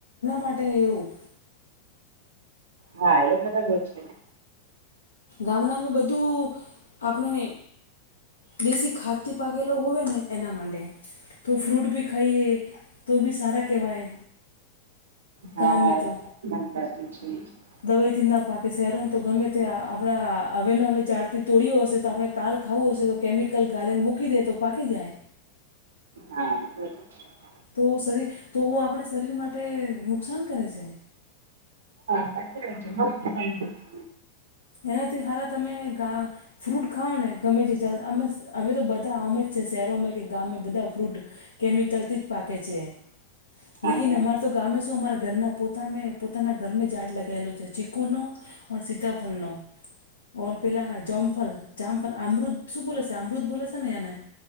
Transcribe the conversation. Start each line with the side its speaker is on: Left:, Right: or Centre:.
Left: માટે એવું,
Right: હા એ બરાબ છે.
Left: ગામડામાં બધું આપણે, દેશી ખાદ થી પાકેેલો હોય ને એના માટે, તો ફ્રૂટ ભી ખાઈએ તો બી સારા કેહેવાય.
Right: હા
Left: ગામ મે તો,
Right: <unintelligible> <unintelligible> <inaudible> <inaudible>
Left: દવાઈ થી ના પાકી શહેરોમાં તો ગમે તે આપણા હવે ન <unintelligible> જ્યાર થી તોડ્યો હશે તો આપણે, કાલ ખાવું હશે તો કેમિકલ ગાલેને મૂકી દે તો પાકી જાય,
Right: હા <inaudible>
Left: તો શરીર તો આપણે શરીર માટે નુકસાન કરે છે.
Right: <unintelligible> <unintelligible> <inaudible> <inaudible>
Left: એનાથી હાર તમે ગા, ફ્રૂટ ખાવઓ ને ગમે છે અમે તો બધા આમ જ છે શહેરોમાં કે ગામ બધા ફ્રૂટ, કૅમિકલ થી જ પાકે છે લેકન
Right: બરાબર.
Left: અમાર તો, તો આમે શું અમારા ઘરના પોતા પોતાના ઘરમે જ ઝાડ લગાયેલો છે ચીકુનો સીતાફળ, ફળ નુ, ઓલ પેલા જામફલ જામફલ અમૃત શું બોલે છે અમૃત બોલે છે ને એને,